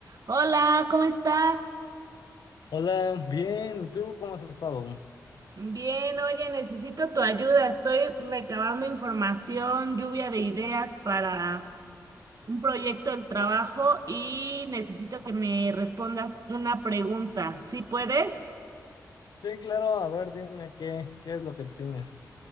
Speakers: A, on the right; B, on the left.
A: Hola, ¿cómo estás?
B: Hola, bien, ¿y tú cómo has estado?
A: Bien, oye, necesito tu ayuda. Estoy recabando información, lluvia de ideas para un proyecto del trabajo y necesito que me respondas una pregunta. ¿Sí puedes?
B: Sí, claro, a ver, dime qué, qué es lo que tienes.